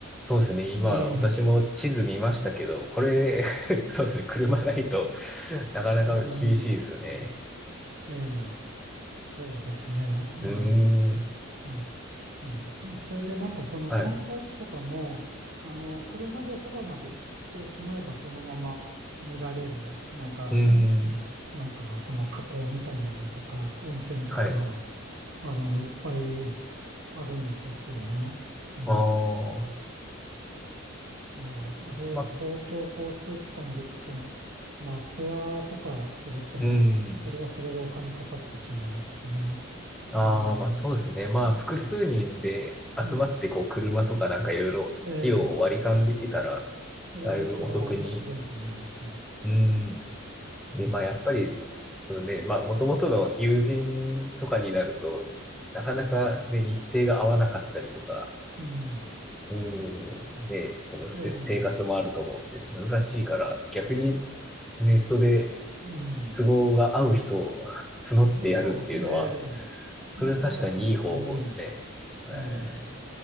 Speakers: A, in the centre; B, on the right.
A: そうですね。今、
B: ええ、
A: 私も地図見ましたけど、これ、<laughs> そうですね。車ないと、なかなか厳しいですよね。
B: うん、ええ、そうですね。うん
A: うーん。
B: あ、うん。それでなんかその観光地とかも、
A: はい。う
B: あの、車でそばまで行ってしまえばそのまま見られる、なんか、
A: ーん。
B: んなんかその河口みたいなのとか、温泉とか、
A: はい。
B: あの、いっぱいあるんですよね。うん。
A: ああ。
B: まあ、あれ、
A: まあ、
B: 公共交通機関で行くか、まあ、ツアーとかすると、
A: うーん。
B: それはそれでお金かかってしまいますしね。
A: ああ、
B: うん。
A: まあそうですね。まあ複数人で集まってこう車とかなんかいろいろ費用を割り勘できたら
B: やっぱり、うん。ええそれが一番面白いと思います。
A: だいぶお得に。うん。で、まあやっぱり、そのね、まあもともとの友人とかになると、なかなかね、日程が合わなかったりとか、
B: うん。
A: うん。ね、そのせ生活もあると思うんで難しいから、
B: ええ、
A: 逆にネットで
B: うん。
A: 都合が合う人を <laughs> 募ってやるっていうのは、
B: おそうですね。ええ
A: それは確かにいい方法ですね。
B: 面白かったですね。
A: え
B: ええ。